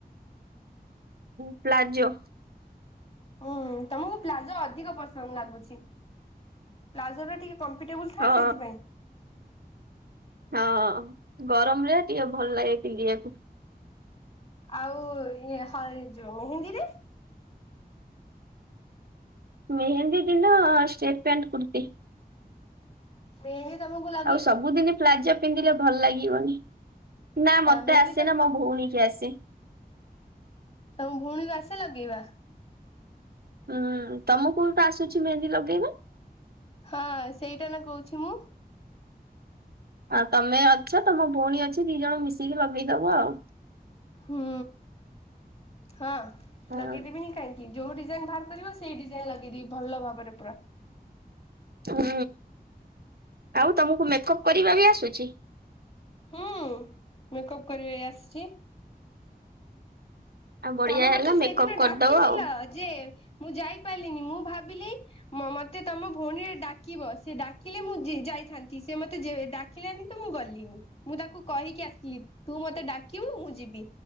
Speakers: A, on the right (about 75°); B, on the left (about 35°).
A: ହୁଁ ପ୍ଲାଜୋ।
B: ହୁଁ ତମୁକୁ ପ୍ଲାଜୋ ଅଧିକ ପସ ନ୍ଦ ଲାଗୁଛି ପ୍ଲାଜୋ ଟା ଟିକେ କମ୍ଫିଟେବୁଲ ଥାଏ
A: ହଁ
B: ସେଇଥିପାଇଁ।
A: ହଁ ଗରମରେ ଟିକେ ଭଲ ଲାଗେ ପିନ୍ଧିବାକୁ।
B: ଆଉ ଇଏ ହ ଯୋଉ ମେହେନ୍ଦୀ ରେ?
A: ମେହେନ୍ଦୀ ଦିନ ଷ୍ଟେଟ ପ୍ୟାଣ୍ଟ କୁର୍ତ୍ତି।
B: ମେହେନ୍ଦୀ ତମୁକୁ ଲ
A: ଆଉ ସବୁଦିନି ପ୍ଲାଜୋ ପିନ୍ଧିଲେ ଭଲ ଲାଗିବନି ନା ମତେ
B: ମେହେନ୍ଦୀ
A: ଆସେନା
B: ତ
A: ମୋ ଭଉଣୀ କି ଆସେ।
B: ତମ ଭଉଣୀକୁ ଆସେ ଲଗେଇବା?
A: ହଁ ତମୁକୁ ବି ତ ଆସୁଛି ମେହେନ୍ଦୀ ଲଗେଇବା?
B: ହଁ ସେଇଟା ନା କହୁଛି ମୁଁ।
A: ଆଉ ତମେ ଅଛ ତମ ଭଉଣୀ ଅଛି ଦି ଜଣ ମିଶିକି ଲଗେଇଦବ ଆଉ।
B: ହୁଁ ହଁ
A: ଆଉ।
B: ଲଗେଇ ଦେବିନି କାହିଁକି। ଯୋଉ ଡିଜାଇନ୍ ବାହାର କରିବ ସେଇ ଡିଜାଇନ୍ ଲଗେଇ ଦେବି ଭଲ ଭାବରେ ପୁରା।
A: ହୁଁ ଆଉ ତମୁକୁ ମେକଅପ୍ କରିବା ବି ଆସୁଛି?
B: ହୁଁ ମେକଅପ କରିବା ବି ଆସୁଚି।
A: ଆଉ ବଢିଆ
B: ତମେ
A: ହେଲା
B: ମତେ ସେଇଦିନ
A: ମେକଅପ୍ କରିଦବ
B: ଡାକିଥିଲ
A: ଆଉ।
B: ଯେ ମୁଁ ଯାଇ ପାରିଲିନି ମୁଁ ଭାବିଲି ମ-ମତେ ତମ ଭଉଣୀରେ ଡାକିବ ସିଏ ଡାକିଲେ ମୁଁ ଯି-ଯାଇଥାନ୍ତି ସେ ମତେ ଯେ ଏ ଡା ଡିଲାନି ତ ମୁଁ ଗଲିନି ମୁଁ ତାକୁ କହିକି ଆସିଲି ତୁ ମତେ ଡାକିବୁ ମୁଁ ଯିବି।